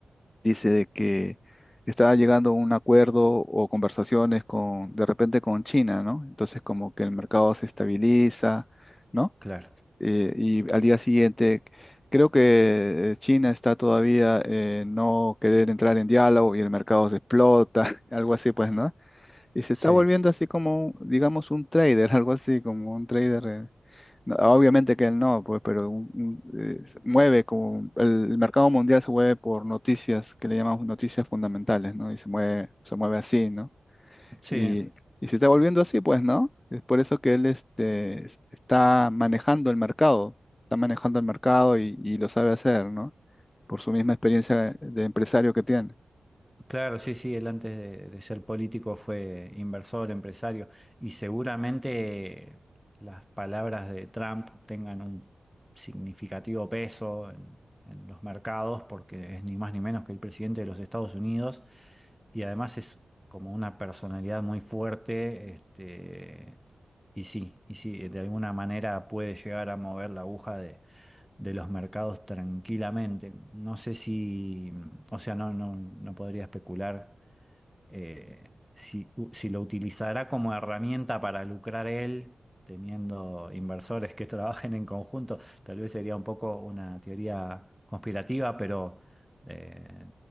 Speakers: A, on the left; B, in the centre.
A: dice de que estaba llegando a un acuerdo o conversaciones con, de repente con China, ¿no? Entonces como que el mercado se estabiliza, ¿no?
B: claro.
A: Eh, y al día siguiente, creo que eh, China está todavía eh, no querer entrar en diálogo y el mercado se explota, <laughs> algo así pues, ¿no? Y se
B: Sí,
A: está volviendo así como, digamos, un trader, <laughs> algo así como un trader. eh, no, Obviamente que él no, pues, pero un- un, eh, se mueve como el, el mercado mundial se mueve por noticias que le llamamos noticias fundamentales, ¿no? Y se mueve, se mueve así, ¿no?
B: sí.
A: Y, y se está volviendo así, pues, ¿no? Es por eso que él este, es- está manejando el mercado, está manejando el mercado y, y lo sabe hacer, ¿no? Por su misma experiencia de empresario que tiene.
B: Claro, sí, sí, él antes de, de ser político fue inversor, empresario, y seguramente las palabras de Trump tengan un significativo peso en, en los mercados, porque es ni más ni menos que el presidente de los Estados Unidos, y además es como una personalidad muy fuerte, este, y sí, y sí, de alguna manera puede llegar a mover la aguja de los mercados tranquilamente. No sé si, o sea, no, no, no podría especular eh, si, u- si lo utilizará como herramienta para lucrar él, teniendo inversores que <laughs> trabajen en conjunto, tal vez sería un poco una teoría conspirativa, pero eh,